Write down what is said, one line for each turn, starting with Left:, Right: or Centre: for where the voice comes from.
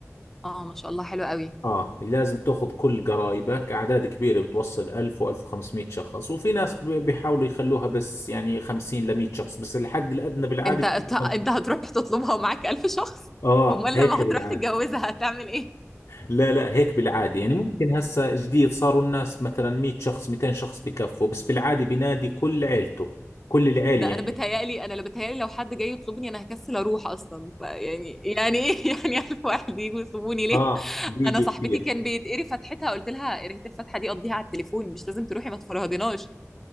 Centre: اه ما شاء الله حلو قوي
Left: اه لازم تاخذ كل قرايبك اعداد كبيره بتوصل 1000 و1500 شخص وفي ناس ب- بيحاولوا يخلوها بس يعني 50 ل 100 شخص بس الحد الادنى بالعاده
Centre: انت
Left: بيكون
Centre: انت أنت
Left: 500
Centre: هتروح تطلبها ومعاك ألف شخص
Left: اه
Centre: امال
Left: هيك
Centre: لما
Left: بالعاده
Centre: هتروح تتجوزها هتعمل ايه
Left: لا لا هيك بالعاده يعني ممكن هسه جديد صاروا الناس مثلا 100 شخص 200 شخص بكفوا بس بالعاده بينادي كل عيلته كل العيله
Centre: ده
Left: يعني
Centre: انا بتهيألي انا لو بتهيألي لو حد جاي يطلبني انا هكسل اروح اصلا فيعني يعني يعني ايه <laughs> يعني ألف واحد يجوا يطلبوني ليه
Left: اه بيجوا
Centre: انا صاحبتي
Left: كثير
Centre: كان بيتقري فتحتها قلت لها قريت الفتحة دي قضيها على التليفون مش لازم تروحي ما تفرهدناش